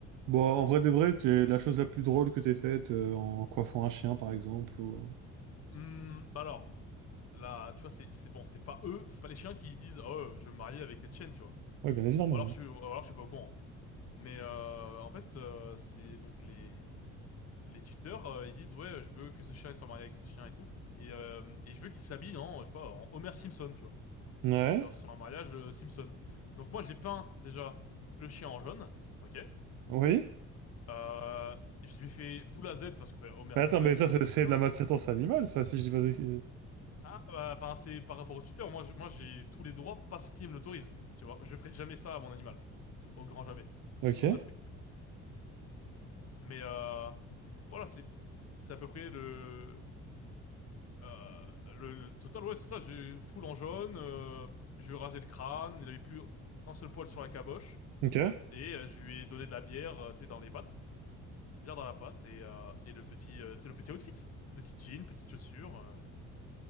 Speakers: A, on the right (about 80°); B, on the left (about 50°).
A: Bon, en vrai de vrai, t'es la chose la plus drôle que t'aies faite euh, en coiffant un chien, par exemple. ou-
B: Hmm, bah alors, là, tu vois, c'est c'est- bon, c'est pas eux, c'est pas les chiens qui disent, oh, euh, je veux me marier avec cette chienne, tu vois.
A: Ouais, bien évidemment.
B: Ou alors, je suis, ou alors, je suis pas au courant. Mais euh, en fait, euh, c'est donc les les tuteurs, euh, ils disent ouais, euh, je veux que ce chien il soit marié avec ce chien et tout, et, euh, et je veux qu'il s'habille en, je sais pas, en Homer Simpson, tu vois,
A: Ouais.
B: genre sur un mariage euh, Simpson. Donc moi j'ai peint déjà le chien en jaune, ok.
A: Ouais, oui.
B: Euh, je lui ai fait boule à Z parce que bah, Homer
A: Mais
B: Simpson
A: attends, mais
B: il
A: ça,
B: est
A: c'est c'est
B: chauve.
A: de la maltraitance animale, ça, si je dis pas de...
B: Ah, bah, enfin c'est par rapport au tuteur. Moi je- moi j'ai tous les droits parce qu'il me l'autorise, tu vois. Je ferai jamais ça à mon animal, au grand jamais.
A: Ok,
B: J'ai trop de respect. Mais euh, voilà c'est c'est à peu près le Euh, le total, ouais, c'est ça, j'ai full en jaune, euh, je lui ai rasé le crâne, il avait plus un seul poil sur la caboche,
A: ok.
B: et euh, je lui ai donné de la bière, euh, tu sais, dans les pattes, bière dans la patte, et, euh, et le petit, euh, tu sais, le petit outfit, petit jean, petite chaussure, euh,